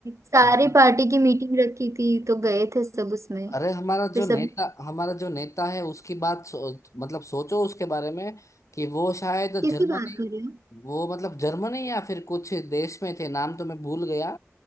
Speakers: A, on the right; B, on the left.
A: सारी
B: हाँ
A: पार्टी की मीटिंग रखी थी तो गए थे सब उसमें
B: अरे हमारा
A: फिर
B: जो
A: सब
B: नेता हमारा जो नेता है उसकी बात सो, मतलब सोचो उसके बारे में कि वो शायद
A: किसकी
B: जर्मनी
A: बात कर रहे हो
B: वो मतलब जर्मनी या फिर कुछ देश में थे नाम तो मैं भूल गया